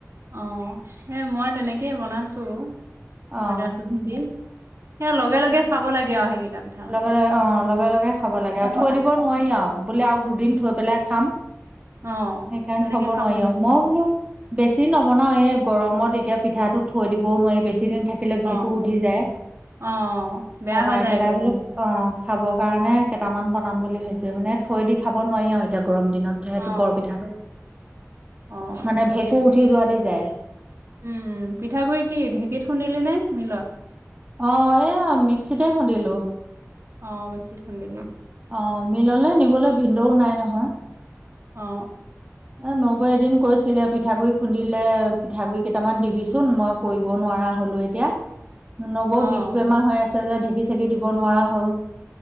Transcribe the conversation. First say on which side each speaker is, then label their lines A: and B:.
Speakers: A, on the right; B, on the right.
A: অ সেই মই তেনেকেই বনাইছো ময়দা
B: অ
A: চুজি দি সেই লগে লগে চাব লাগে আৰু সেইকেইটা পিঠা মানে।
B: লগে-লগে অ লগে-লগে খাব লাগে আৰু
A: বনাই।
B: থৈ দিব নোৱাৰি আৰু বোলে আৰু দুদিন থৈ পেলাই খাম
A: অ', অ',
B: সেইকাৰণে
A: তেনেকে
B: থব
A: খাব
B: নোৱাৰি আৰু মই বোলো বেছি বেছি নবনাওঁ এই গৰমত এতিয়া পিঠাটো থৈ দিবও নোৱাৰি বেছি দিন থাকিলে
A: অ',
B: ভেঁকুৰ
A: অ',
B: উঠি যায়
A: অ', বেয়া
B: কমাই
A: হৈ যায়গৈ
B: পেলাই বোলে অ খাবৰ কাৰণে কেইটামান বনাম বুলি হৈছে মানে থৈ দি খাব নোৱাৰি আৰু এতিয়া গৰম দিনত সেইটো
A: অ',
B: বৰপিঠাটো
A: অ'।
B: মানে ভেকুৰ উঠি যোৱা দি যায়।
A: উম! পিঠাগুড়ি কি ঢেঁকীত খুন্দিলি নে মিলত?
B: অ এ আহ মিক্সিতে খুন্দিলো।
A: অ', মিক্সিত খুন্দিলি
B: অ মিললে নিবলৈ ভিন্দও নাই নহয়
A: অ
B: এ নবৈ এদিন কৈছিলে পিঠাগুৰি খুন্দিলে পিঠাগুৰি কেইটামান দিবিচোন মই কৰিব নোৱাৰো নোৱাৰা হ'লো এতিয়া নবৌ
A: অ',
B: বিষ বেমাৰ হৈ আছে যে ঢেঁকী-চেঁকি দিব নোৱাৰা হ'ল